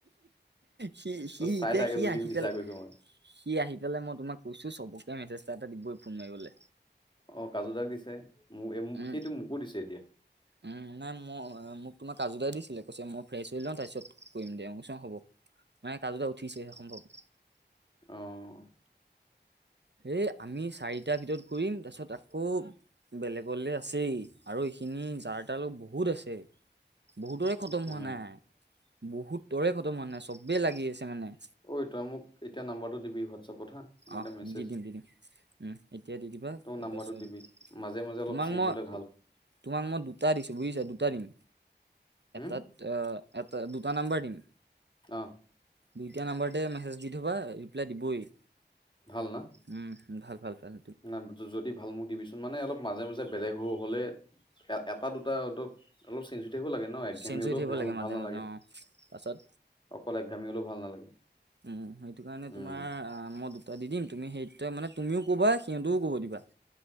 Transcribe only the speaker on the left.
তই চাই
থাকে
যদি
মিছা কৈছো মই
অ, কাজু দাক দিছে মোক
সিইটো মোকো দিছে এতিয়া,
অ',
উম
ঐ তই মোক এতিয়া নাম্বৰটো দিবি হোৱাটছএপত হা মই
এটা মেজ
তই মোক
নাম্বাৰটো দিবি মাজে মাজে অলপ
চেঞ্জ
হলে ভাল
হুম
অ',
ভাল ন,
না যদি ভাল মোক দিবিছোন। মানে অলপ মাজে-মাজে বেলেগ হৈ হলে এ এটা দুটা ধক অলপ চেনজিতিপো লাগে ন একঘেমি
হলেও
বেয়া
ভাল নালাগে।
অকল এক গামী হলেও ভাল নালাগে।
উম